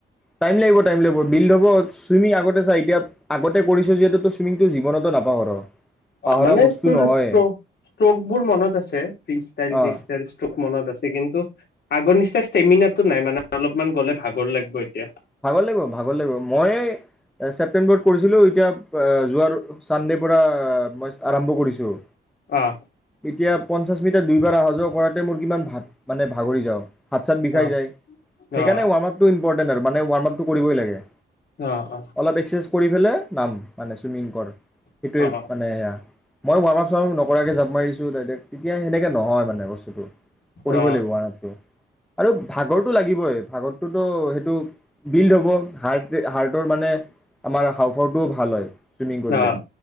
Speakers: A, in the centre; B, on the left.
A: টাইম লাগিব টাইম লাগিব। বিল্ড হ'ব, ছুইমিং আগতে চা এতিয়া- আগতে কৰিছ যিহেতু তই চুইমিংটো জীৱনতো নাপাহৰ। পাহৰা
B: অ' মানে
A: বস্তু
B: তোৰ
A: নহয়
B: ষ্ট্ৰ-ষ্ট্ৰোকবোৰ মনত আছে, ফ্ৰী ষ্টাইল
A: অঁ
B: শ্ৰী ষ্টাইল ষ্ট্ৰোক মনত আছ কিন্তু আগৰ নিচিনা ষ্টেমিনাটো নাই মানে অলপমান গ'লে ভাগৰ লাগব' এতিয়া।
A: ভাগৰ লাগিব ভাগৰ লাগিব। মইয়ে-এ' ছেপ্টেম্বৰত কৰিছিলোঁ এতিয়া- যোৱাৰ চানডে পৰা মই আৰম্ভ কৰিছোঁ।
B: আ'
A: এতিয়া পঞ্চাছ মিটাৰ দুইবাৰ অহা যোৱা কৰাতে মোৰ কিমান ভাত্‌- মানে ভাগৰি যাওঁ। হাত-চাত বিষাই
B: অ
A: যায়, সেইকাৰণে
B: অ
A: ৱাৰ্ম আপটো ইম্পৰ্টেণ্ট আৰু। মানেৱাৰ্ম আপটো কৰিবই লাগে গে
B: অ অ
A: অলপ এক্সেছ কৰি পেলাই নাম মানে চুইমিং কৰ সেইটোৱে
B: অ অ অ অ অ
A: মানে সেয়া মই ৱাৰ্ম আপ চাৰ্ম নকৰাকৈ জাপ মাৰিছো এতিয়া সেনেকে নহয় মানে বস্তুটো কৰিবই
B: অ
A: লাগিব ৱাৰ্ম আপটো আৰু ভাগৰটো লাগিবই ভাগৰটোতো সেইটো বিল্ড হ'ব হাৰ্ট হাৰ্টৰ মানে আমাৰ হাউফাউটোও ভাল হয় ছুইমিং কৰিলে
B: অ